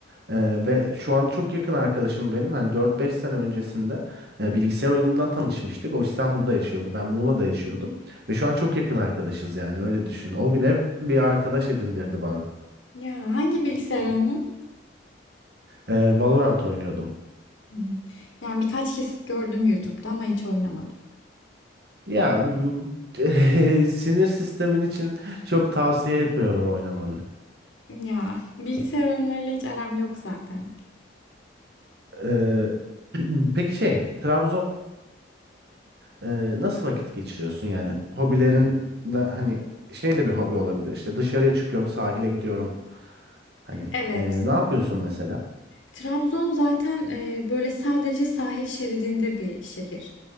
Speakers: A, on the right; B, on the left.
A: E, ve şu an çok yakın arkadaşım benim. Hani dört beş sene öncesinde e, bilgisayar oyunundan tanışmıştık. O İstanbul'da yaşıyordu. Ben Muğla'da yaşıyordum. Ve şu an çok yakın arkadaşız yani öyle düşün. O bile bir arkadaş edindirdi bana.
B: Ya hangi bilgisayar oyunu?
A: E, Valorant oynuyordum.
B: Hmm, Yani birkaç kesit gördüm YouTube'da ama hiç oynamadım.
A: Ya <laughs> sinir sistemin için çok tavsiye etmiyorum oynamanı.
B: Ya bilgisayar oyunlarıyla hiç aram yok zaten.
A: Ee, <clears throat> peki şey, Trabzon'da e, nasıl vakit geçiriyorsun yani? Hobilerin de hani şey de bir hobi olabilir işte dışarıya çıkıyorum, sahile gidiyorum. Hani
B: Evet,
A: e, ne yapıyorsun mesela?
B: Trabzon zaten e, böyle sadece sahil şeridinde bir şehir.